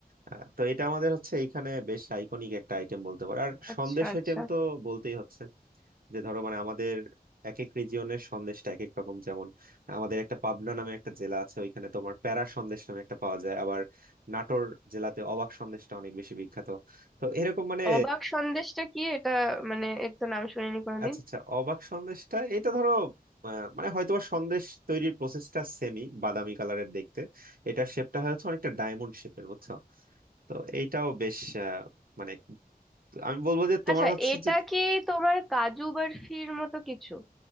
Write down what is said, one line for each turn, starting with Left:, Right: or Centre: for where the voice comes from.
Right: আহ, তো এটা আমাদের হচ্ছে এইখানে বেশ আইকনিক একটা আইটেম বলতে পারো আর
Centre: আচ্ছা
Right: সন্দেশ
Centre: আচ্ছা
Right: আইটেম তো বলতেই হচ্ছে যে ধরো মানে আমাদের এক এক রিজিয়নের সন্দেশটা এক এক রকম যেমন আমাদের একটা পাবনা নামে একটা জেলা আছে ওইখানে তোমার প্যারা সন্দেশ নামে একটা পাওয়া যায় আবার নাটোর জেলাতে অবাক সন্দেশটা অনেক বেশি বিখ্যাত তো এরকম মানে
Centre: অবাক সন্দেশটা কি এটা মানে এর তো নাম শুনিনি কোনোদিন
Right: আচ্ছা আচ্ছা অবাক সন্দেশটা এটা ধরো আহ, মানে হয়তো সন্দেশ তৈরির প্রসেসটা সেমি বাদামি কালারের দেখতে এটার শেপটা হচ্ছে অনেকটা ডায়মন্ড শেপের বুঝছো তো এইটাও বেশ আহ, মানে আমি বলবো যে তোমার
Centre: আচ্ছা
Right: হচ্ছে
Centre: এটা
Right: যে
Centre: কি তোমার কাজু বরফির মতো কিছু